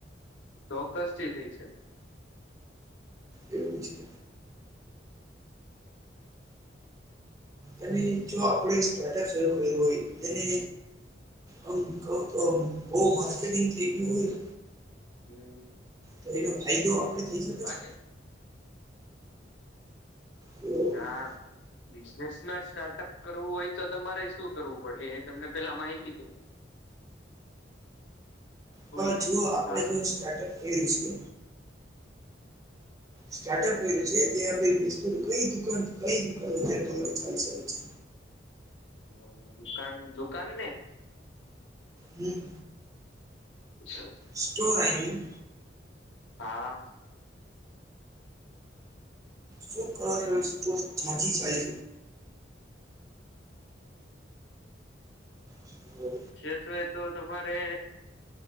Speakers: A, on the left; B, on the right.
A: ચોક્કસથી થઈ છે.
B: એવું છે. અને જો આપડે સ્ટાર્ટઅપ શરૂ કર્યું હોય, તેને આમ, કઉ તો બઉ માર્કેટિંગ થઈ ગયું હોય
A: હમ,
B: તો એનો ફાયદો આપડે થઈ શકે
A: લાગે?
B: છે. પણ
A: હા. બિઝનેસમાં સ્ટાર્ટઅપ કરવું હોય તો તમારે શું કરવું પડે એ તમને પેલા માહિતીથી હોઈ
B: પણ
A: ગયો
B: જો
A: હું
B: આપણેે
A: કામ
B: સ્ટાર્ટઅપ કર્યું છે. સ્ટાર્ટઅપ કર્યું છે તે આપડે કઈ દુકાન કઈ દુકાન ચાલી શકે છે?
A: હમ, દુકાન દુકાનને?
B: હમ.
A: <inaudible>
B: સ્ટોર <unintelligible>
A: હા.
B: શું કર સ્ટોર ચાલી જાય. છે
A: ક્ષેત્ર એ તો તમારે